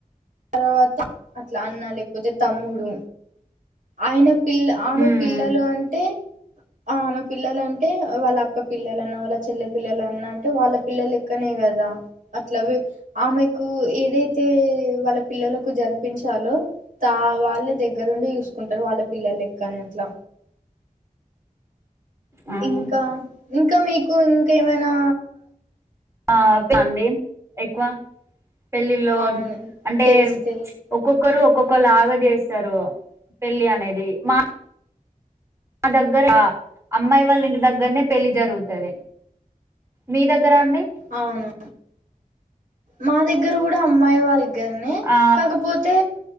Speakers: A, on the right; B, on the right.
A: తర్వాత అట్లా అన్న లేకపోతే తమ్ముడు అయిన పిల్ల ఆమె
B: ఉమ్
A: పిల్లలు అంటే ఆ ఆమె పిల్లలు అంటే వాళ్ళ అక్క పిల్లలున్న వాళ్ళ చెల్లె పిల్లలన్న అంటే వాళ్ళ పిల్లలుక్కనే కదా అట్లవి ఆమెకు ఏదైతే వాళ్ళ పిల్లలకు జరిపించాలో తా వాళ్ళే దగ్గరుండి చూసుకుంటారు వాళ్ళ పిల్లలక్కని అట్లా
B: ఉమ్
A: ఇంకా ఇంకా మీకు ఇంకేమైనా
B: ఆ ఆండి ఎక్కువ పెళ్ళిలో
A: అవును
B: అంటే
A: తెలుసు తెలుసు
B: ఒక్కొక్కరు ఒక్కొక్కళ్ళ లాగ చేస్తారు పెళ్ళి అనేది మా మా దగ్గర అమ్మాయి వాళ్ళ ఇంటి దగ్గరనే పెళ్లి జరుగుతుంది మీ దగ్గర అండి
A: అవును మా దగ్గర కూడా అమ్మాయి వాళ్ళ దగ్గరనే
B: ఆ
A: కాకపోతే